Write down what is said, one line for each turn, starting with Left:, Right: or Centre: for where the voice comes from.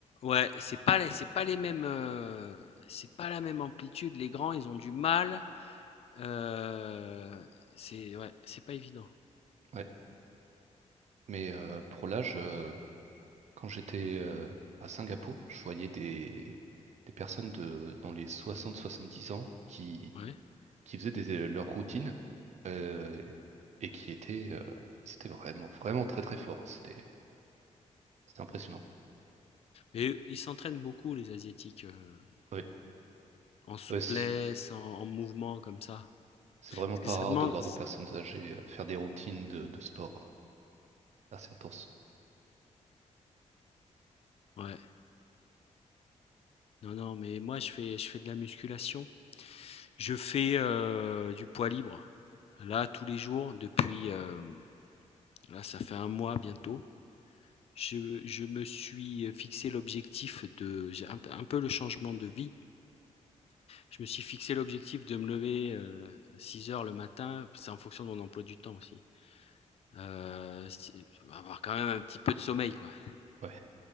Left: ouais, c'est pas les c'est pas les mêmes, heu, c'est pas la même amplitude. Les grands, ils ont du mal, heu, c'est ouais, c'est pas évident.
Right: Ouais. Mais euh, pour l'âge, euh, quand j'étais euh, à Singapour, je voyais des des personnes de dans les soixante soixante-dix ans qui
Left: Ouais.
Right: qui faisaient des, euh, leur routine euh, et qui étaient, euh, c'était vraiment, vraiment très très fort. C'était, c'était impressionnant.
Left: Et ils s'entraînent beaucoup, les Asiatiques, heu,
Right: Oui,
Left: en souplesse,
Right: Ouais, c'est,
Left: en en mouvement comme ça.
Right: c'est
Left: Parce
Right: vraiment pas
Left: que ça
Right: rare
Left: demande
Right: de voir des personnes âgées euh, faire des routines de, de sport euh, assez intenses.
Left: ouais. Non, non, mais moi, je fais je fais de la musculation. Je fais, heu, du poids libre. Là, tous les jours depuis, hem, là, ça fait un mois bientôt. Je je me suis, fixé l'objectif de j'ai un un peu le changement de vie. Je me suis fixé l'objectif de me lever, euh, six heures le matin. C'est en fonction de mon emploi du temps aussi. Heu, si avoir quand même un petit peu de sommeil, quoi.
Right: Ouais,